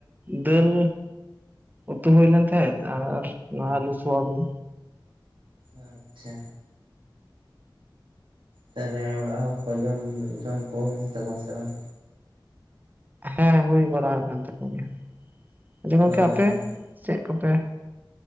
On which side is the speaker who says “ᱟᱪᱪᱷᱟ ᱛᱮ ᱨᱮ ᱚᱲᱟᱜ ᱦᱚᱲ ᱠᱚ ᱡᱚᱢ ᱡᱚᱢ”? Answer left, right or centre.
Right